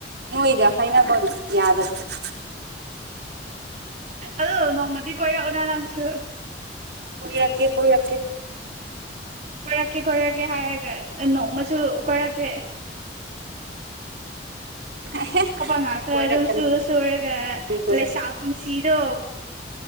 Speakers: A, on the right; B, on the right.
A: ꯅꯣꯏꯒ ꯍꯥꯏꯅꯕ ꯌꯥꯗꯕꯅꯦ <inaudible>
B: ꯑꯗꯣ ꯅꯣꯡꯃꯥꯗꯤ ꯀꯣꯏꯔꯛ ꯎꯗ ꯅꯪꯁꯨ
A: ꯀꯣꯏꯔꯛꯀꯦ ꯀꯣꯏꯔꯛꯀꯦ
B: ꯀꯣꯏꯔꯛꯀꯦ ꯀꯣꯏꯔꯛꯀꯦ ꯍꯥꯏꯔꯒ ꯅꯣꯡꯃꯁꯨ ꯀꯣꯏꯔꯛꯇꯦ
A: ꯑꯍꯦ
B: ꯊꯕꯛ ꯉꯥꯛꯇ
A: ꯀꯣꯏꯔꯛꯀꯅꯤ
B: ꯑꯗꯨꯝ ꯁꯨꯔ ꯁꯨꯔꯒ
A: ꯀꯣꯏꯔꯛ
B: ꯂꯩꯁꯥ ꯄꯨꯟꯁꯤꯗꯣ